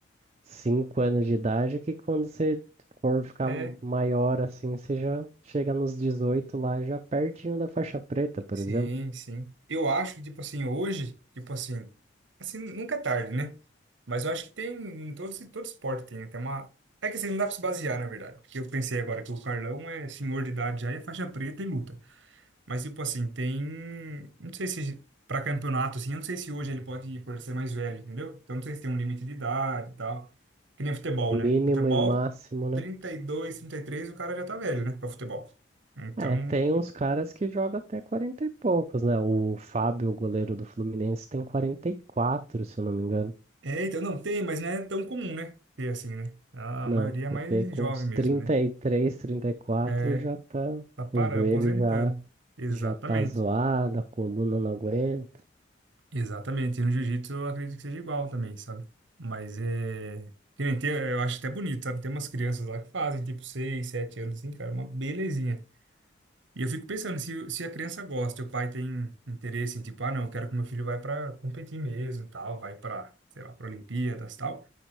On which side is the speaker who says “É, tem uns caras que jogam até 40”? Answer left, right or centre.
Right